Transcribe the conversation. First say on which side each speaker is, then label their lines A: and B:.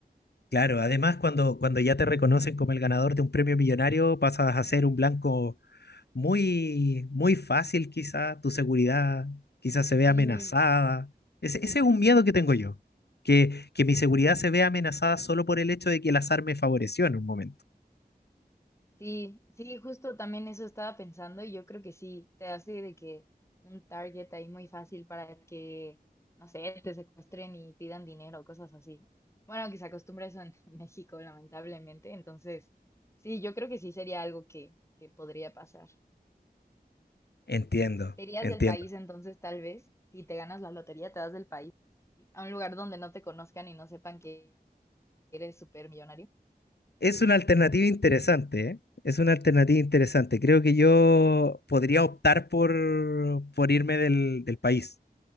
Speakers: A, on the left; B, on the left.
A: Claro, además cuando, cuando ya te reconocen como el ganador de un premio millonario, pasas a ser un blanco muy, muy fácil quizá, tu seguridad quizás se ve
B: Sí.
A: amenazada. Ese, ese es un miedo que tengo yo, que, que mi seguridad se vea amenazada solo por el hecho de que el azar me favoreció en un momento.
B: Sí, sí, justo también eso estaba pensando y yo creo que sí, te hace de que un target ahí muy fácil para que, no sé, te secuestren y pidan dinero, cosas así. Bueno, que se acostumbra eso en <laughs> México, lamentablemente. Entonces, sí, yo creo que sí sería algo que, que podría pasar.
A: Entiendo,
B: ¿Te irías
A: entiendo.
B: del país entonces, tal vez? Si te ganas la lotería, te vas del país a un lugar donde no te conozcan y no sepan que eres súper millonario.
A: Es una alternativa interesante, ¿eh? Es una alternativa interesante. Creo que yo podría optar por, por irme del, del país.